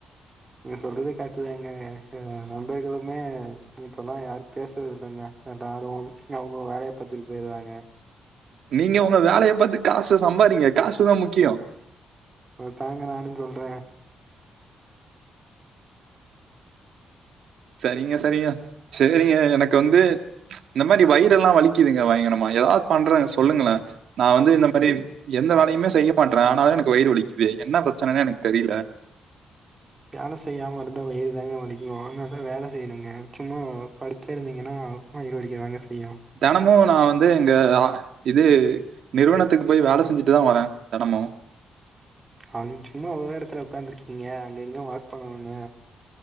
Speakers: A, on the right; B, on the right.
A: நீங்க சொல்றது கரெக்ட்டுதாங்க ஆ நண்பர்களுமே இப்பல்லா யாரு பேசறது இல்லங்க எல்லாரு அவங்கவங் வேலய பாத்துட்டு போயர்றாங்க
B: நீங்க உங்க வேலைய பாத்து காசு சம்பாரிங்க காசுதா முக்கிய
A: அதாங்க நானுஞ் சொல்றே
B: சரிங்க சரிங்க சேரிங்க எனக்கு வந்து இந்த மாரி வயிறெல்லா வலிக்குதுங்க பயங்கரமா எதாவது பண்ற சொல்லுங்களே நா வந்து இந்த மாரி எந்த வேலையுமே செய்ய மாட்ற ஆனாலு எனக்கு வயிறு வலிக்குது என்ன பிரச்சனைனு எனக்கு தெரில
A: வேலை செய்யாம இருந்தா வயிறுதாங்க வலிக்கு அதனாலதா வேல செய்யணுங்க சும்மா படுத்தே இருந்திங்கன்னா வயிறு வலிக்கதாங்க செய்யு
B: தெனமு நா வந்து எங்க இது நிறுவனத்துக்கு போய் வேல செஞ்சுட்டுதா வர்ற தெனமு
A: அது சும்மா ஒரே எடத்துல உக்காந்துருக்கிங்க அங்க இங்க வாக் பண்ணணுங்க